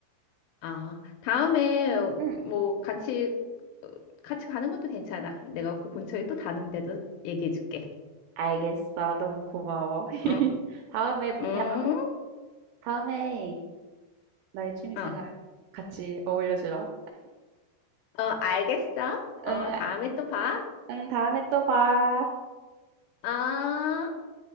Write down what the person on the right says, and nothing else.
응.
알겠어. 너무 고마워. <laughs>
다음에 뭐냐?
다음에 나의 취미
생활 같이 어울려 주라.
응,
아
응. 다음에 또 봐.